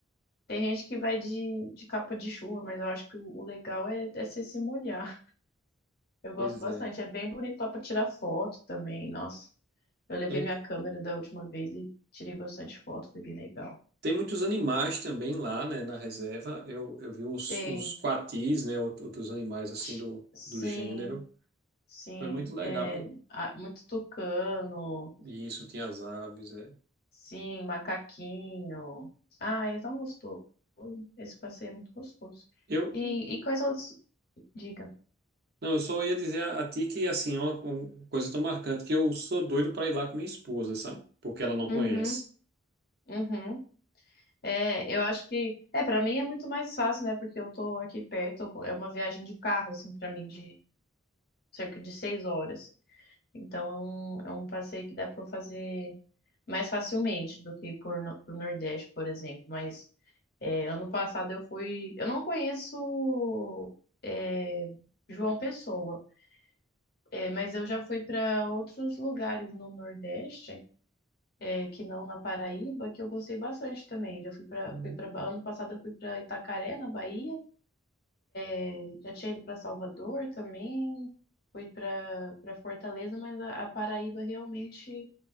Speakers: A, on the left; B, on the right.
A: tem gente que vai de, de capa de chuva, mas eu acho que o, o legal é, é se, se molhar. Eu gosto
B: Pois
A: bastante.
B: é.
A: É bem bonito lá pra tirar foto também. Nossa, eu levei
B: É,
A: minha câmera da última vez e tirei bastante foto, foi bem legal.
B: tem muitos animais também lá, né, na reserva. Eu, eu vi os,
A: Tem,
B: os quatis, né, out- outros animais assim
A: t-
B: do,
A: sim,
B: do gênero.
A: sim.
B: Foi muito legal.
A: É, ah, muito tucano.
B: Isso, tinha as aves, é.
A: Sim, macaquinho. Ah, é tão gostoso. Esse passeio é muito gostoso.
B: Eu,
A: E, e quais outros? Diga.
B: não, eu só ia dizer a, a ti que, assim, é uma, uma coisa tão marcante que eu sou doido para ir lá com minha esposa, sabe? Porque ela não conhece.
A: Uhum, uhum. É, eu acho que. É, para mim é muito mais fácil, né? Porque eu tô aqui perto. eu co- É uma viagem de carro, assim, para mim, de cerca de seis horas. Então é um, é um passeio que dá para eu fazer mais facilmente do que por, no- pro Nordeste, por exemplo. Mas é, ano passado eu fui. Eu não conheço. é, João Pessoa. É, mas eu já fui para outros lugares no Nordeste, é, que não na Paraíba, que eu gostei bastante também. Já fui para,
B: Hum,
A: fui para, ano passado eu fui para Itacaré, na Bahia. É, Já tinha ido para Salvador também, fui para para Fortaleza, mas a, a Paraíba realmente